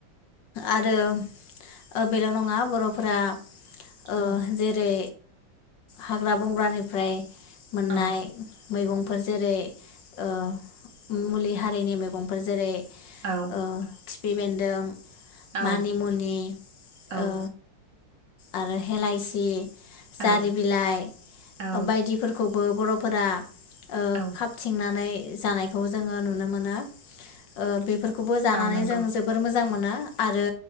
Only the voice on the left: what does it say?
आरो बेल' नङा बर'फोरा ओ
जेरै हाग्रा बंग्रानिफ्राय मोननाय
मैगंफोर जेरै ओ मुलि हारिनि मैगंफोर जेरै
ओ खिफि बेन्दों
मानि मुनि
ओ आरो हेलायसि। जारि
बिलाइ
बायदिफोरखौ बो बर'फोरा ओ
खाबथिंनानै जानायखौ जोङो नुनो मोनो ओ बेफोरखौबो जानानै
जों जोबोर मोजां मोनो आरो